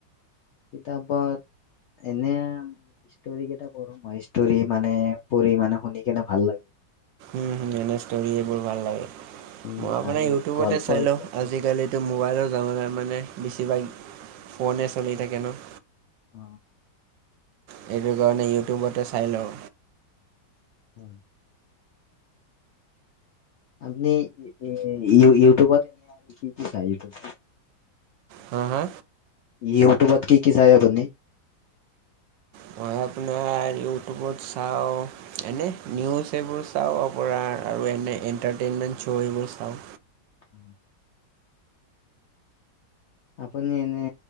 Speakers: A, on the left; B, on the right.
A: কিতাপত এনেআও। ষ্ট'ৰি কেইটা পঢ়োঁ মই, ষ্ট'ৰি মানে পঢ়ি মানে শুনি কেনে ভাল লাগে।
B: উম এনে ষ্ট'ৰি এইবোৰ ভাল লাগে।
A: উম
B: মই মানে
A: আৰু
B: ইউটিউবতে
A: গল্প
B: চাই
A: এইবিলাক
B: লওঁ
A: পঢ়ো।
B: আজিকালি। ত মোবাইলৰ জামানাৰ মানে বেছিভাগ ফনে চলি থাকে ন?
A: অ'।
B: সেইটো কাৰণে ইউটিউবতে চাই লওঁ।
A: হয়। আপনি ই ইউ-ইউটিউবত কি কি চাই, ইউটিউব
B: হা, হা
A: ইউটিউবত কি কি চাই আপুনি?
B: মই আপোনাৰ ইউটিউবত চাওঁ। এনে নিউজ এইবোৰ চাওঁ ৰপৰা আৰু এনে এণ্টাৰটেইনমেণ্ট শ্ব' এইবোৰ চাওঁ।
A: উম। আপুনি এনে